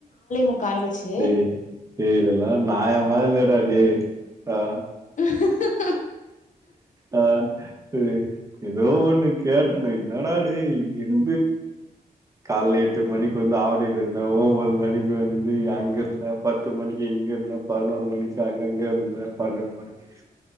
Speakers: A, on the left; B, on the right.
A: முக்கா ஆயிடுச்சு
B: ம் டேய் இதெல்லா நாயமா இல்லடா டேய் ஆ
A: <unintelligible>
B: ஆ டேய் ஏதோ ஒண்ணு கேட்டேனே என்னடா டேய் இது காலைல எட்டு மணிக்கு வந்து ஆவடியில இருந்தே ஓம்பது மணிக்கு வந்து அங்க நா பத்து மணிக்கு இங்க இருந்தே பதினோரு மணிக்கு அங்கங்க இருந்தே பன்னெண்டு மணிக்கு